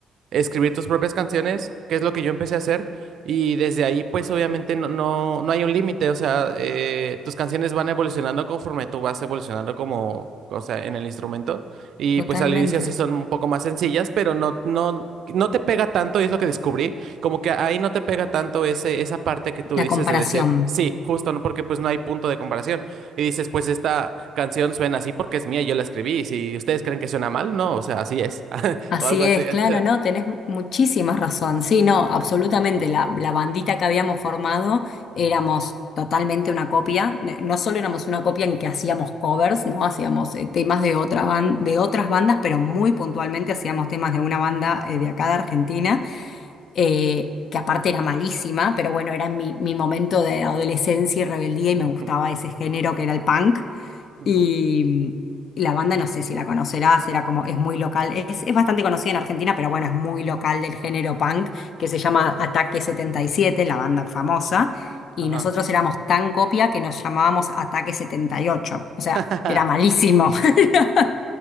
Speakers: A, on the right; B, on the left.
A: escribir tus propias canciones, que es lo que yo empecé a hacer. Y desde ahí, pues obviamente no, no, no hay un límite, o sea, eh, tus canciones van evolucionando conforme tú vas evolucionando como, o sea, en el instrumento. Y
B: Totalmente,
A: pues al inicio sí son un poco más sencillas, pero no, no, no te pega tanto, y es lo que descubrí, como que ahí no te pega tanto ese, esa parte que tú
B: la
A: dices
B: comparación.
A: de decir, sí, justo, ¿no? porque pues no hay punto de comparación. Y dices, pues esta canción suena así porque es mía, yo la escribí, y si ustedes creen que suena mal, no, o sea, así es, <laughs>
B: Así
A: o algo así.
B: es, claro,
A: <laughs>
B: no, tenés mu- muchísima razón. Sí, no, absolutamente. La, la bandita que habíamos formado éramos totalmente una copia. Ne- No solo éramos una copia en que hacíamos covers, ¿no? Hacíamos eh, temas de otra ban- de otras bandas, pero muy puntualmente hacíamos temas de una banda eh, de acá de Argentina, eh, que aparte era malísima, pero bueno, era mi, mi momento de adolescencia y rebeldía y
A: Ujú,
B: me gustaba ese género que era el punk.
A: ujú,
B: Y la banda no sé si la conocerás, era como, es muy local, es, es bastante conocida en Argentina, pero bueno, es muy local del género punk, que se llama Ataque setenta y siete la banda famosa, y
A: Ajá.
B: nosotros éramos tan copia que nos llamábamos Ataque setenta y ocho o
A: <laughs>
B: sea, era malísimo. <laughs>